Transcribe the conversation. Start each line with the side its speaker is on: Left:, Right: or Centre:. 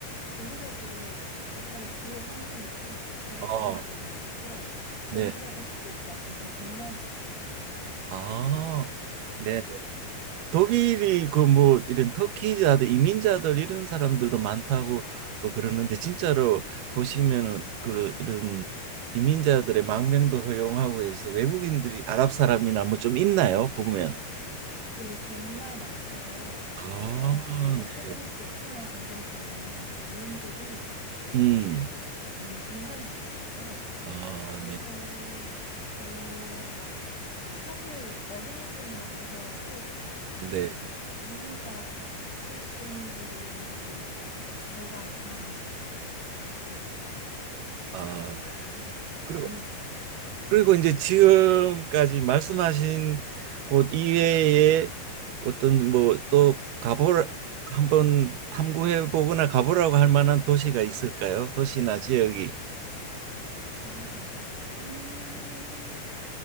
Left: 여기서도 약간의 부의 상징이고 제가
Right: 어,
Left: 정말 놀란 게
Right: 네,
Left: 독일에서 현대 기아차가 정말 많이 보여요.
Right: 아, 네. 독일이 그 뭐 이런 터키자들 이민자들 이런 사람들도 많다고 어, 그러는데 진짜로 보시면은 그런 이런 이민자들의 망명도 허용하고 해서 외국인들이 아랍 사람이나 뭐 좀 있나요? 보면.
Left: 네, 정말 많고요.
Right: 아,
Left: 어, 최근에
Right: 네.
Left: 또 우크라이나 전쟁 때문에 난민들이
Right: 음.
Left: 우크라이나 난민이 굉장히 많이 왔어요.
Right: 어,
Left: 그래서
Right: 네.
Left: 어, 사실 어린이집만 보더라도
Right: 네.
Left: 어, 이민자 출신들이 절반 이상이에요. 제가 봤을 때.
Right: 아,
Left: 음,
Right: 그리고
Left: 많이 많아요.
Right: 그리고 이제 지금까지 말씀하신 곳 이외에 어떤 뭐 또 가보 한번 탐구해 보거나 가보라고 할 만한 도시가 있을까요? 도시나 지역이.
Left: 아, 음,